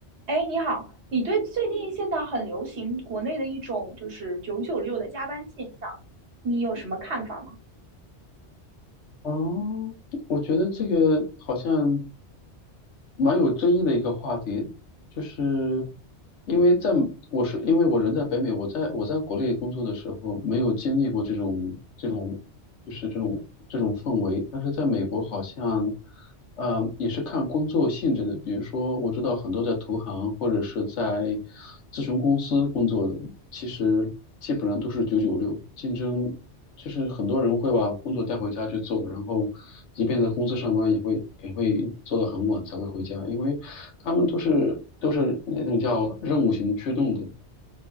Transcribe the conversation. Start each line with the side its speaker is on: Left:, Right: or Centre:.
Right: 哎，你好，你对最近现在很流行国内的一种就是九九六的加班现象，你有什么看法吗？
Left: 哦，我觉得这个好像蛮有争议的一个话题，就是因为在我是因为我人在北美，我在我在国内工作的时候没有经历过这种这种就是这种这种氛围，但是在美国好像，呃，也是看工作性质的，比如说我知道很多在投行或者是在咨询公司工作的，其实基本上都是九九六，竞争。就是很多人会把工作带回家去做，然后即便在公司上班，也会也会做到很晚才会回家，因为他们都是都是那种叫任务型驱动的。